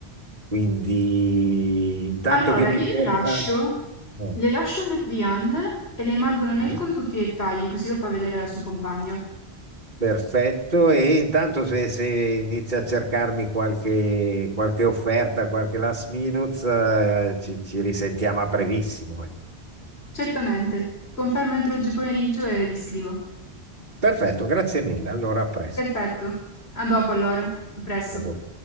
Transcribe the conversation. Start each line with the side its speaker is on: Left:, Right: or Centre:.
Right: Quindi intanto
Left: Allora,
Right: che mi
Left: io
Right: cerca...
Left: le lascio,
Right: eh,
Left: le lascio un dépliant e le mando una mail
Right: mm,
Left: con tutti i dettagli, così lo fa vedere al suo compagno.
Right: perfetto, e intanto se, se inizia a cercarmi qualche, qualche offerta, qualche last minute, eh, ci, ci risentiamo a brevissimo. eh.
Left: Certamente, confermo entro oggi pomeriggio e vi scrivo.
Right: Perfetto, grazie mille. Allora, a presto.
Left: Perfetto, a dopo allora, a presto.
Right: A dopo.